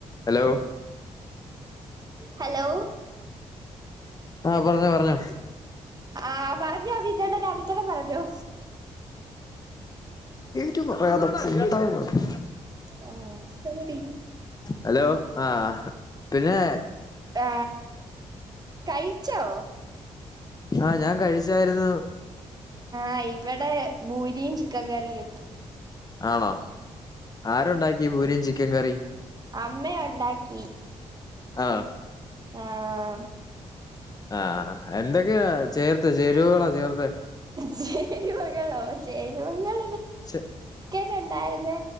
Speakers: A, on the left (about 30°); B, on the right (about 30°).
A: Hello...
B: hello....
A: ആഹ് പറഞ്ഞോ പറഞ്ഞോ
B: ആ.... പറ ഞബിതെടാ ഞബിതെട പറഞ്ഞോ
A: ക്ക് പറയാതെ കേട്ടാ മതി
B: ആ... സോറി
A: ഹലൊ... ആ.. പിന്നേ...
B: ആ... കഴിച്ചോ?
A: ആ... ഞാൻ കഴിച്ചായിരുന്നു.
B: ആഹ് ഇവടെ ഭൂരിയും ചിക്കൻകറിയും.
A: ആണോ ആരുണ്ടാക്കി ഭൂരിയും ചിക്കൻ കറിയും?
B: അമ്മയാ ഇണ്ടാക്കി.
A: ആഹ്
B: ആഹ്
A: ആഹ് എന്തൊക്കെയാ ചേർത്ത് ചേരുവകളാ ചേർത്തെ?
B: ചേരുവകളോ ചേരിവകള്
A: <unintelligible>
B: <unintelligible> ഒണ്ടായിരുന്നെ